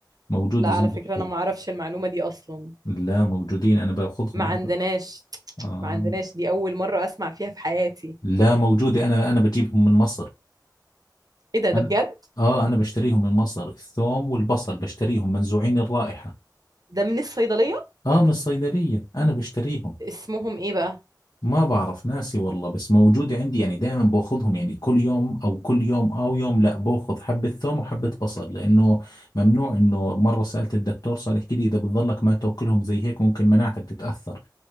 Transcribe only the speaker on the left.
موجوده
زي الحبوب
لا موجودين انا باخذهم
الي
آه.
لا موجوده انا انا بجيبهم من مصر
انا
اه انا بشتريهم من مصر الثوم والبصل بشتريهم منزوعين الرائحه
اه من الصيدليه انا بشتريهم
ما بعرف ناسي والله بس موجودة عندي يعني دائما باخذهم يعني كل يوم او كل يوم او يوم لا باخذ حبة ثوم وحبة بصل لانه ممنوع انه مرة سألت الدكتور صار يحكي لي اذا بتضلك ما تاكلهم زي هيك ممكن مناعتك تتأثر